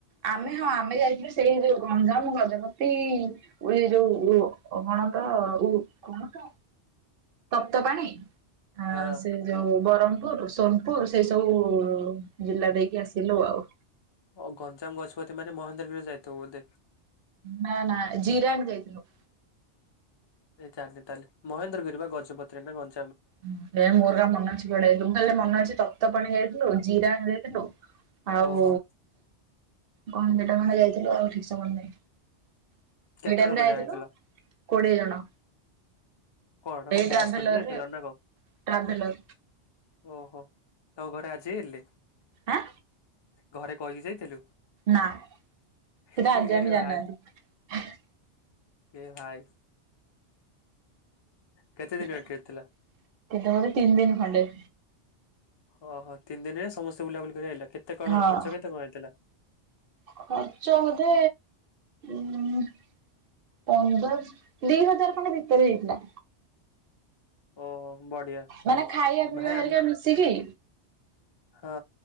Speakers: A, on the right; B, on the left.
A: ଆମେ ହଁ ଆମେ ଯାଇଥିଲୁ ସେଇରେ ଗଞ୍ଜାମ ଗଜପ ଏଇ ଏଇ ଯୋଉ ଉ କ-କଣ ତ ଉ କଣ ତ। ତପ୍ତ ପାଣି ଆଉ
B: ହଁ
A: ସେ ଯୋଉ ବରମପୁର ସୋନ ପୁର ସେଇ ସବୁ ଜିଲ୍ଲା ଦେଇକି ଆସିଲୁ ଆଉ।
B: ଓ ଗଞ୍ଜାମ ଗଜପତି ମାନେ ମହେନ୍ଦ୍ରଗିରି ଯାଇଥିବ ବୋଧେ।
A: ନା ନା ଜୀରାଙ୍ଗ ଯାଇଥିଲୁ।
B: ମୁଁ ଏ ଜାଣିନି ତାହଲେ ମହେନ୍ଦ୍ରଗିରି ବା ଗଜପତତିରେ ନା ଗ
A: ହୁଁ ଭାଇ ମୋର ଏକା ମନେ ଅଛି କି କୁଆଡ଼େ ଏବେ ମୁଁ ଖାଲି ଯାହା ମନ ଅଛି ତପ୍ତ ପାଣି ଯାଇଥିଲୁ ଜିରାଙ୍ଗ ଯାଇଥିଲୁ ଆଉ
B: ଓହୋ
A: କଣ ସେଟା ମାନେ ଯାଇଥିଲୁ ଆଉ ଠିକ ସେ ମନେ ନାହିଁ। ସେଇ
B: କେତେଜଣ
A: ଟାଇମରେ
B: ପିଲା
A: ଯାଇଥିଲୁ
B: ଯାଇଥିଲ
A: କୋଡିଏ ଜଣ।
B: କଣ ତମେ
A: ଏଇ
B: ବସ
A: ଟ୍ରାଭେଲରରେ
B: କରି ଯାଇଥିଲା
A: ଆଉ
B: ନା କଣ
A: ଟ୍ରାଭେଲର।
B: ହେ ଓହୋ ତ ଘରେ ରାଜି ହେଲେ?
A: ଆଁ।
B: ଘରେ କହିକି ଯାଇଥିଲୁ?
A: ନା ସିଏ
B: ହେ
A: ତ
B: ହେ
A: ଆଜି ଯାଙ୍କେ
B: ଆରେ
A: ଜାଣିନାହାନ୍ତି।
B: ଭାଇ ଏ ଭାଇ। କେତେ
A: ସେତେବେଳେ
B: ଦିନର ଟ୍ରିପ୍ ଥିଲା
A: ତିନିଦିନ ଖଣ୍ଡେ।
B: ଓହୋ ତିନି ଦିନରେ ସମସ୍ତେ ବୁଲାବୁଲି କରି ଆଇଲ କେତେ କଣ
A: ହଁ।
B: ଖର୍ଚ କେତେ କଣ ହେଇଥିଲା?
A: ଖର୍ଚ୍ଚ ବୋଧେ ଉଁ। ପନ୍ଦରଶ ଦି ହଜାର ଖଣ୍ଡେ ଭିତରେ ହେଇଥିଲା।
B: ଓହୋ ବଢିଆ
A: ମାନେ ଖାଇବା ପିଇବା
B: ଭାଇ
A: ହେରିକା
B: ଆମେ
A: ମିଶିକି
B: ହଁ।